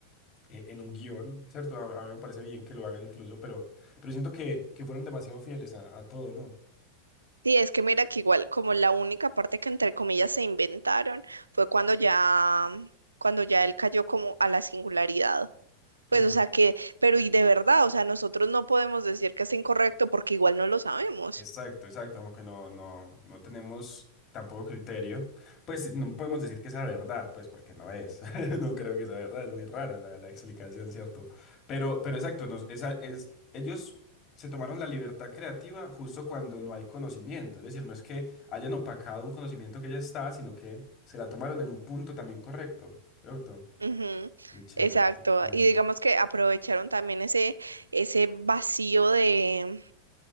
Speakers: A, on the left; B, on the right.
A: eh, en un guión, ¿cierto? A, a mí me parece bien que lo hagan incluso, pero, pero siento que, que fueron demasiado fieles a, a todo, ¿no?
B: Sí, es que mira que igual como la única parte que entre comillas se inventaron fue cuando ya, cuando ya él cayó como a la singularidad.
A: Exacto.
B: Pues, o sea que, pero y de verdad, o sea, nosotros no podemos decir que es incorrecto porque igual no lo sabemos.
A: Exacto, exacto, como que no, no, no tenemos tampoco criterio. Pues no podemos decir que sea verdad, pues porque no es. <laughs> No creo que sea verdad, es muy rara la, la explicación, ¿cierto? Pero, pero exacto, nos, esa es, ellos se tomaron la libertad creativa justo cuando no hay conocimiento. Es decir, no es que hayan opacado un conocimiento que ya está, sino que se la tomaron en un punto también correcto, ¿cierto?
B: Ujú,
A: Muy chévere,
B: Exacto.
A: muy chévere.
B: Y digamos que aprovecharon también ese, ese vacío de,